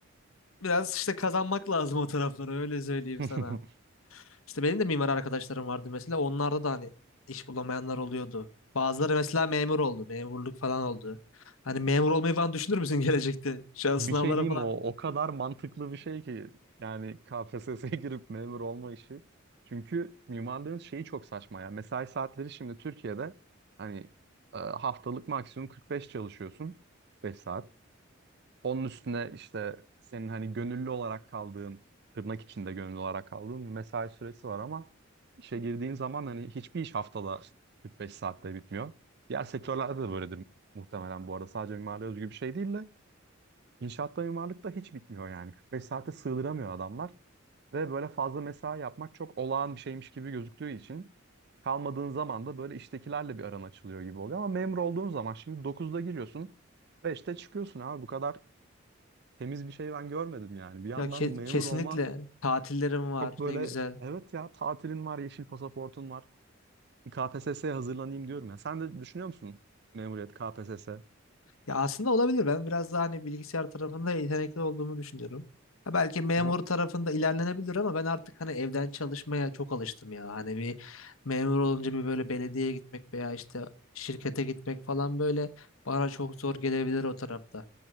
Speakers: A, on the left; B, on the right.
A: biraz işte kazanmak lazım o taraflara öyle söyleyeyim
B: <laughs>
A: sana. İşte benim de mimar arkadaşlarım vardı mesela onlarda da hani iş bulamayanlar oluyordu. Bazıları mesela memur oldu, memurluk falan oldu. Hani memur olmayı falan düşünür müsün <laughs> gelecekte? Şu an
B: Bir
A: sınavlara
B: şey diyeyim
A: falan.
B: mi? o o kadar mantıklı bir şey ki yani KPSS'ye <laughs> girip memur olma işi. Çünkü mimarlığın şeyi çok saçma ya. Mesai saatleri şimdi Türkiye'de hani e, haftalık maksimum 45 çalışıyorsun 5 saat. Onun üstüne işte senin hani gönüllü olarak kaldığın, tırnak içinde gönüllü olarak kaldığın bir mesai süresi var ama işe girdiğin zaman hani hiçbir iş haftada 45 saatte bitmiyor. Diğer sektörlerde de böyledir muhtemelen bu arada. Sadece mimariye özgü bir şey değil de inşaatta mimarlıkta hiç bitmiyor yani. 45 saate sığdıramıyor adamlar ve böyle fazla mesai yapmak çok olağan bir şeymiş gibi gözüktüğü için kalmadığın zaman da böyle iştekilerle bir aran açılıyor gibi oluyor. Ama memur olduğun zaman şimdi dokuzda giriyorsun, beşte çıkıyorsun abi bu kadar temiz bir şey ben görmedim yani. Bir yandan
A: Ya ke-
B: memur
A: kesinlikle
B: olma
A: tatillerim var
B: çok böyle
A: ne güzel.
B: evet ya tatilin var, yeşil pasaportun var. Bir KPSS'ye hazırlanayım diyorum ya. Sen de düşünüyor musun memuriyet KPSS? Hı
A: Ya aslında olabilir. Ben biraz daha hani bilgisayar tarafında yetenekli olduğumu düşünüyorum. Ha belki memur
B: hı.
A: tarafında ilerlenebilir ama ben artık hani evden çalışmaya çok alıştım ya. Hani bir memur olunca bir böyle belediyeye gitmek veya işte şirkete gitmek falan böyle bana çok zor gelebilir o tarafta.